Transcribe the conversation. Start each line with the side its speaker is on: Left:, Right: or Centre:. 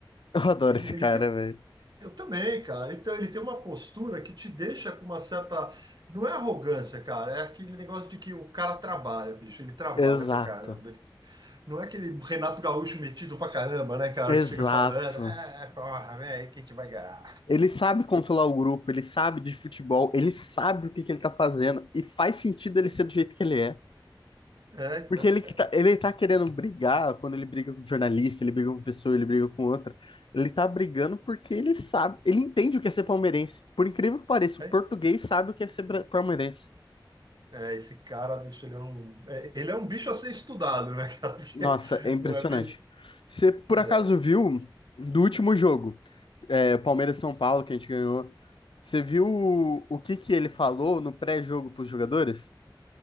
Left: eu adoro
Right: ele,
Left: esse
Right: ele
Left: cara,
Right: tem. um,
Left: velho.
Right: Eu também, cara. Então, ele tem uma postura que te deixa com uma certa. Não é arrogância, cara, é aquele negócio de que o cara trabalha, bicho, ele trabalha
Left: Exato.
Right: pra caramba. Não é aquele Renato Gaúcho metido pra caramba, né, cara,
Left: Exato.
Right: que chega falando, é, porra, velho, quem que vai ganhar?
Left: Ele sabe controlar o grupo, ele sabe de futebol, ele sabe o que que ele tá fazendo e faz sentido ele ser do jeito que ele é.
Right: É, então,
Left: Porque ele
Right: cara,
Left: que tá, ele tá querendo brigar, quando ele briga com um jornalista, ele briga com pessoa, ele briga com outra. Ele tá brigando porque ele sabe, ele entende o que é ser palmeirense. Por incrível que pareça,
Right: é
Left: o português
Right: isso.
Left: sabe o que é ser bra- palmeirense.
Right: É, esse cara, bicho, ele é um, é, ele é um bicho a ser estudado, né, <laughs> cara, porque
Left: Nossa, é impressionante.
Right: não é bem...
Left: Você por
Right: é,
Left: acaso viu do último jogo, é, Palmeiras e São Paulo, que a gente ganhou? Você viu o, o que que ele falou no pré-jogo pros jogadores?